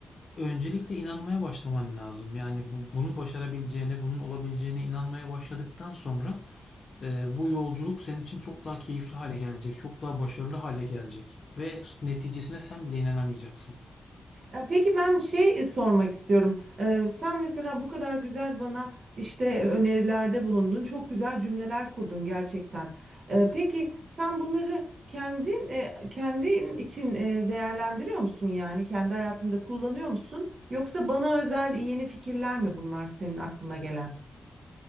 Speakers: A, on the left; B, on the right.
A: öncelikle inanmaya başlaman lazım. Yani bu, bunu başarabileceğine, bunun olabileceğine inanmaya başladıktan sonra eee, bu yolculuk senin için çok daha keyifli hale gelecek, çok daha başarılı hale gelecek ve s- neticesine sen bile inanamayacaksın.
B: Ya Peki ben şey e, sormak istiyorum. Ee, sen mesela bu kadar güzel bana işte e, önerilerde bulundun. Çok güzel cümleler kurdun gerçekten. Ee, peki sen bunları kendin e, kendin için e, değerlendiriyor musun yani? Kendi hayatında kullanıyor musun? Yoksa bana özel yeni fikirler mi bunlar senin aklına gelen?